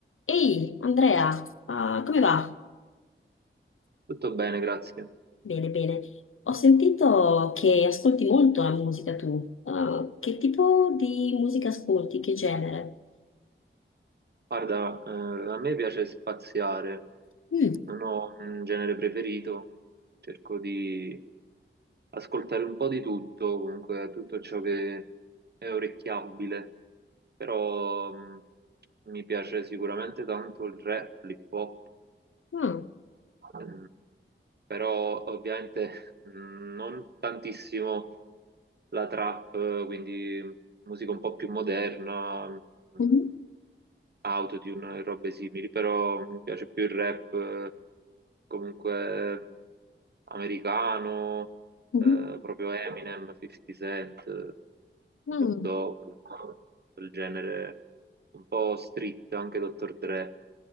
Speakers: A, on the left; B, on the right.
A: Ehi, Andrea, ah, come va?
B: Tutto bene, grazie.
A: Bene, bene. Ho sentito che ascolti molto la musica tu. Ah, che tipo di musica ascolti? Che genere?
B: Guarda, eh, a me piace spaziare,
A: Mm.
B: non ho un genere preferito, cerco di ascoltare un po' di tutto, comunque tutto ciò che è orecchiabile, però mh, mi piace sicuramente tanto il rap, l'hip hop,
A: Ah,
B: Mm, però ovviamente mm, non tantissimo la trap, quindi musica un po' più moderna, mm,
A: mhm,
B: autotune e robe simili, però mi piace più il rap eh, comunque mm, americano,
A: mhm.
B: eh, proprio Eminem, 50 Cent, eh,
A: Ah,
B: Snoop Dogg, quel genere un po' street, anche Dr. Dre.